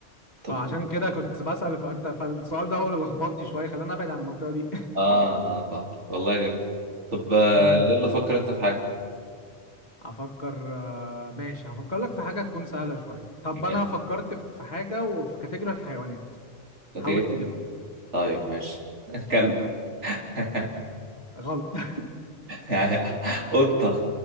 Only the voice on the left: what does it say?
فعشان
كده كنت بسأل فانت فالسؤال ده هو اللي لخبطني شويه خلاني ابعد عن المنطقه دي
<laughs>
افكر آه، ماشي هفكر لك في حاجه تكون سهله شويه طب
انا فكرت في حاجه وفي كاتيجوري الحيوانات
حاول
تجيبها
يلا.
غلط <laughs>